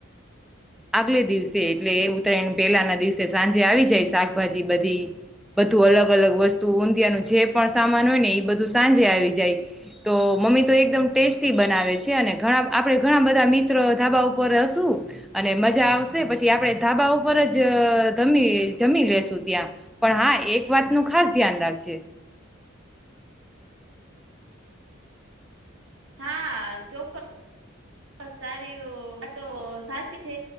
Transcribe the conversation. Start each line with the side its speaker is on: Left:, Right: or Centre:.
Centre: આગલે દિવસે એટલે એ ઉત્તરાયણ પેલાના દિવસે સાંજે આવી જાય શાકભાજી બધી બધું અલગ અલગ વસ્તુ ઊંધીિયાનું જે પણ સામાન હોય ને એ બધું સાંજે આવી જાય તો મમ્મી તો એકદમ ટેસ્ટી બનાવે છે અનેણા આપડણે ઘણા બધા મિત્રો ધાબા ઉપર હશું અને મજા આવશે પછી આપડે ધાબા ઉપર જમી જમી લેશું ત્યાં પણ હા એક વાતનું ખાસ ધ્યાન રાખજે
Right: હા ચોક્કસ તારી વાતો સાચી છે